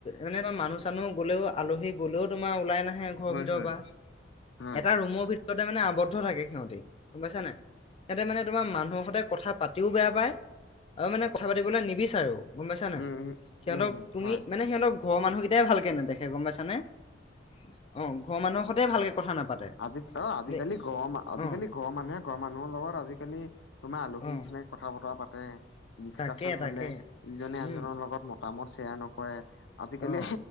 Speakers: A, on the left (about 30°); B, on the left (about 75°).
A: এনে মানুহ চানুহ গ'লেও আলহী গ'লেও তোমাৰ ওলাই নাহে ঘৰৰ
B: হয়
A: ভিতৰত
B: হয়
A: বা
B: হয়
A: এটা ৰুমৰ ভিতৰতে মানে আৱদ্ধ থাকে সিহতে গম পাইছানে নাই। সিহঁতে মানে তোমাৰ মানুহৰ সতে কথা পাতিও বেয়া পায় আৰু মানে কথা পাতিবলৈ নিবিচাৰেও। গম পাইছা নে
B: উম উম
A: সিহতক
B: উম
A: তুমি
B: হয়
A: মানে সিহঁত ঘৰৰ মানুহকটাই ভাল কে নেদেখে গম পাইছ নে অ' ঘৰৰ মানুহৰ সতে ভালকে কথা নাপাতে।
B: আজি অ' আজিকালি
A: দেই
B: ঘৰৰ
A: অ
B: ঘৰৰ মানুহে ঘ়ৰ মানুহৰ লগত আজিকালি তোমাৰ আলহীৰ
A: অ
B: নিচিনাকে কথা বতৰা পাতে। ডিচকাশচন
A: তাকে তাকে
B: হলে ইজনে
A: উম
B: আনজনৰ লগত মতামত শ্বেয়াৰ নকৰে আজিকালি
A: অ